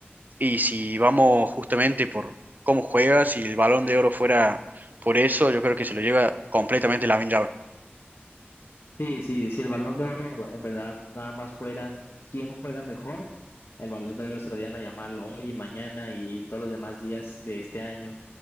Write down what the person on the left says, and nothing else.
Sí, sí, si el Balón de Oro en verdad nada más fuera quién juega mejor, el Balón de Oro se lo dieran a Yamal hoy y mañana y, y todos los demás días de este año.